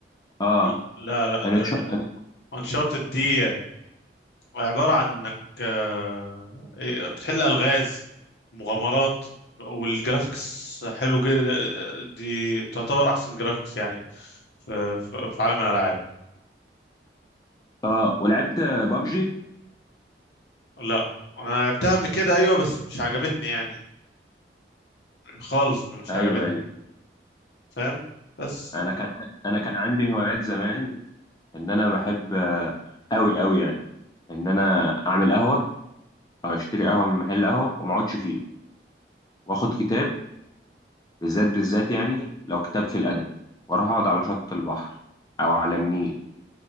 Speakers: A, on the left; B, on the left.
A: اه
B: ال- لا لا
A: انا
B: ده
A: تش... انا
B: أنشارتد دي عبارة عن إنك آه، إيه، بتحل ألغاز مغامرات والجرافيكس حلو جدا دي تعتبر أحسن جرافيكس يعني في, في في عالم الألعاب
A: اه ولعبت بابجي
B: لا أنا لعبتها قبل كده أيوة بس مش عجبتني يعني خالص مش
A: ايوه
B: عجبتني
A: ايوه
B: فاهم بس
A: انا كان انا كان عندي هوايات زمان ان انا بحب آه، قوي قوي يعني ان انا اعمل قهوه او اشتري قهوه من محل قهوه وما اقعدش فيه واخد كتاب بالذات بالذات يعني لو كتاب في الادب واروح اقعد على شط البحر او على النيل